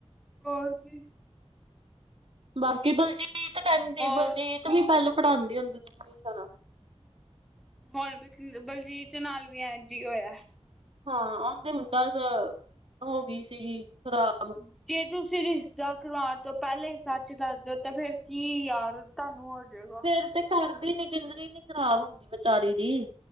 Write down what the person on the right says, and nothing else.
ਬਾਕੀ ਭਾਜੀ ਤੇ ਕਹਿੰਦੀ
ਭਾਜੀ ਤੇ ਮ ਪਹਿਲੂ ਪੜ੍ਹਾਉਂਦੀ ਹੁੰਦੀ ਸੀ ਹਮੇਸ਼ਾ ਨਾਲ
ਹਾਂ ਆਦੇ ਮੁੰਡਾ ਹੋ ਗਈ ਸੀਗੀ ਖਰਾਬ
ਫੇਰ ਤੇ ਕਰਦੀ ਨੀ ਜ਼ਿੰਦਗੀ ਨੀ ਖਰਾਬ ਹੁੰਦੀ ਵਿਚਾਰੀ ਦੀ।